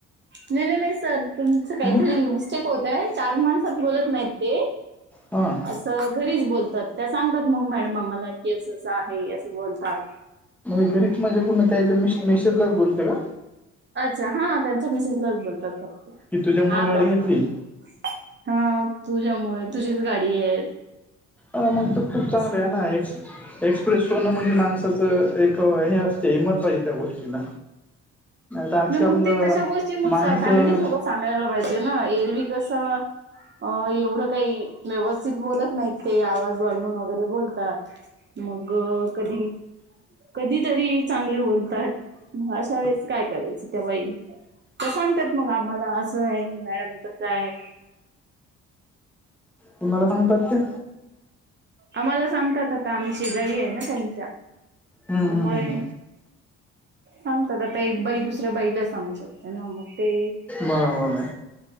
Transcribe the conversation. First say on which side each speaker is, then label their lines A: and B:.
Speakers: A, on the right (about 35°); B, in the centre.
A: नाही नाही नाही सर तुमचं काहीतरी
B: हं?
A: मिस्टेक होतंय. चार माणसात बोलत नाहीत ते,
B: हां..
A: असं घरीच बोलतात, त्या सांगतात मग मॅडम आम्हाला. की असं असं आहे. असं बोलतात
B: घरीच म्हणजे पूर्ण त्या, मिसेस लाच बोलते का.
A: अच्छा, हा त्यांच्या मिसेस लाच बोलतात, फक्त
B: की तुझ्यामुळे
A: हा
B: गाडी
A: प्रॉब्लेम
B: घेतली
A: आहे ना. हा तुझ्यामुळे तुझीच गाडी आहे.
B: अ मग त खूप
A: असं
B: चांगलं आहे ना एकश एक्सप्रेस होण म्हणजे माणसाचं एक हे असते हिंमत पाहिजे त्या गोष्टीला. तर आजकाल
A: नाही मग ती तशा गोष्टी, मग
B: माणसं
A: फॅमिली सोबत. सांगायला पाहिजे ना, एरवी कसं अ एवढं काही व्यवस्थित बोलत नाहीत. ते आवाज वाढून वगैरे, बोलतात मग कधी. कधीतरी चांगले बोलतात, मग अश्या वेळेस काय करायचं. त्या बाई त्या सांगतात मग आम्हाला, असं आहे हे मॅडम तसं आहे.
B: कुणाला सांगतात त्या.
A: आम्हाला सांगतात आता आम्ही शेजारी आहे ना
B: हम्म
A: त्यामुळे.
B: हम्म
A: सांगतात आता एक बाई, दुसऱ्या बाईला सांगू शकते ना मग. ते
B: बरोबर